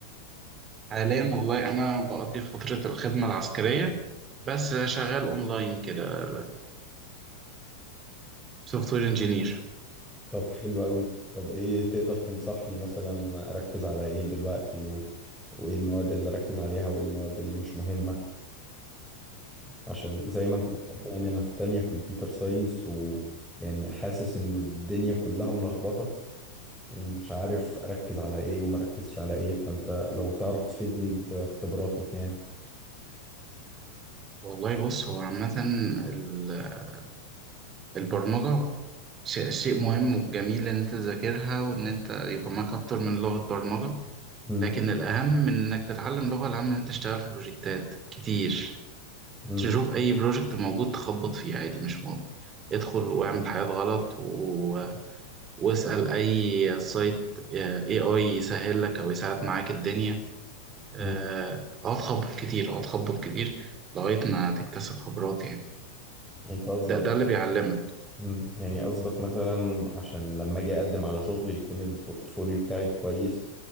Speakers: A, on the right; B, in the centre.
A: حاليا والله أنا بقضي فترة الخدمة العسكرية بس شغال أونلاين كده سوفت وير انجينير
B: طب حلو قوي طب ايه تقدر تنصحني مثلا اركز على ايه دلوقتي و... وايه المواد اللي اركز عليها وايه المواد اللي مش مهمة عشان زي ما انت عارف يعني انا في تانية كمبيوتر ساينس ويعني حاسس ان الدنيا كلها ملخبطة ومش عارف اركز على ايه ومركزش على ايه فانت لو تعرف تفيدني بخبراتك يعني
A: والله بص هو عامة ال- البرمجة شيء شيء مهم وجميل إن أنت تذاكرها وإن أنت يبقى معاك أكتر من لغة برمجة
B: مم.
A: لكن الأهم من إنك تتعلم لغة الأهم إن أنت تشتغل في بروجكتات كتير
B: مم.
A: تشوف اي بروجكت موجود تخبط فيه عادي مش مهم ادخل واعمل حاجات غلط و... واسأل اي سايت اي اي يسهل لك او يساعد معاك الدنيا آه،
B: مم.
A: اقعد خبط كتير اقعد خبط كتير لغاية ما تكتسب خبرات يعني
B: انت قصدك
A: ده ده اللي بيعلمك
B: مم. يعني قصدك مثلا عشان لما اجي اقدم على شغل يكون البورتفوليو بتاعي كويس